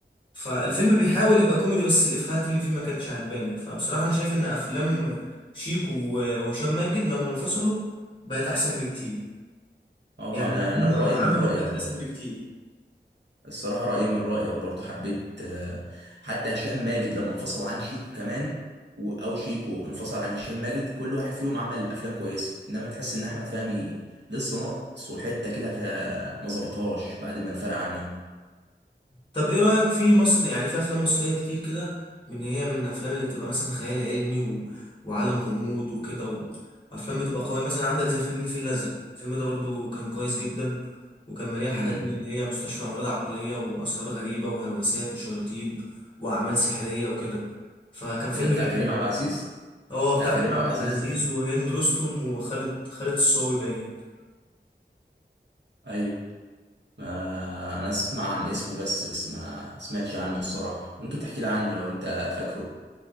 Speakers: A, on the left (about 25°); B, on the right (about 70°).
A: فالفيلم بيحاول يبقى كوميدي بس الافيهات اللي فيه ما كانتش عجباني فبصراحة انا شايف ان افلام شيكو و- وهشام ماجد لما انفصلوا بقت احسن بكتير
B: اه
A: يعني
B: انا
A: هم
B: أنا رايي
A: عملوا
B: من رايك
A: حاجات
B: برضه
A: احسن بكتير
B: الصراحه رايي من رايك برضه حبيت آه، حتى هشام ماجد لما انفصل عن شيكو كمان و- او شيكو انفصل عن هشام ماجد كل واحد فيهم عمل افلام كويسه انما تحس ان احمد فهمي لسه ناقص وحته كده فما ظبطهاش بعد ما انفرق عنه
A: طب ايه رأيك في مصر يعني في افلام مصرية كتير كده من هي من الافلام اللي بتبقى مثلا خيال علمي و... وعالم غموض وكده و... وافلام بتبقى قوية مثلا عندك زي فيلم الفيل الازرق الفيلم ده برضو كان كويس جدا وكان مليان حاجات
B: امم
A: من اللي هي مستشفى امراض عقلية واسرار غريبة وهلوسات وشياطين واعمال سحرية وكده فكان فيلم
B: ده ده بتاع
A: جامد
B: كريم
A: برضو
B: عبد العزيز
A: اه بتاع
B: بتاع كريم
A: كريم
B: عبد
A: عبد
B: العزيز
A: العزيز
B: الفيلم
A: وهند رستم وخالد خالد الصاوي باين
B: ايوه ما انا اسمع عن اسمه بس بس ما سمعتش عنه الصراحة ممكن تحكي لي عنه لو انت فاكره